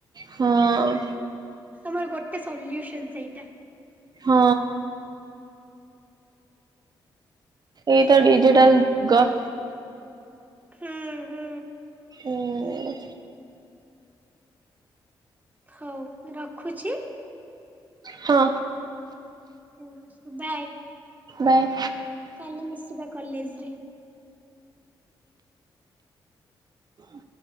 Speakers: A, on the right; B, on the right.
A: ହଁ।
B: ତମର ଗୋଟେ ସଲ୍ୟୁସନ୍ ସେଇଟା।
A: ହଁ। ଏଇଟା ଡିଜିଟାଲ୍
B: ହଉ
A: ଗ।
B: ହୁଁ ହୁଁ।
A: ଉଁ
B: ହଉ ରଖୁଚି।
A: ହଁ।
B: ହୁଁ ବାଏ।
A: ବାଏ।
B: କାଲି ମିଶିବା କଲେଜ୍ ରେ।
A: ହ